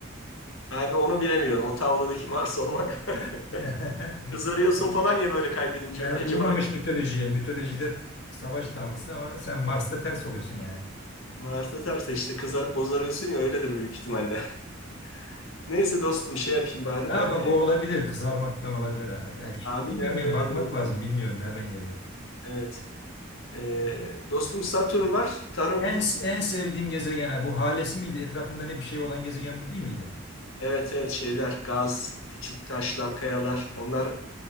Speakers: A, on the left; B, on the left.
A: Abi onu bilemiyorum. O tavladaki Mars olmak. <laughs>
B: <laughs>
A: Kızarıyorsun falan ya böyle kaybedince
B: Yani
A: acaba
B: uymamış mitolojiye. Mitolojide savaş tanrısı ama sen Mars'ta ters oluyorsun yani.
A: Mars'ta terse işte kızarıp bozarıyorsun ya öyledir büyük ihtimalle. <laughs> Neyse dostum şey yapayım bari
B: Ha
A: de. E,
B: bak o olabilir. Kızarmaktan olabilir ha belki.
A: tahminen
B: Bilmiyorum
A: öyle
B: yani Evet. bakmak
A: diyorum.
B: lazım. Bilmiyorum nereden geliyor.
A: Evet. E, dostum Satürn var. Tarım.
B: En, en sevdiğim gezegen ha, bu halesi miydi? Etrafında ne bir şey olan gezegen bu değil miydi?
A: Evet evet şeyler gaz, küçük taşlar, kayalar onlar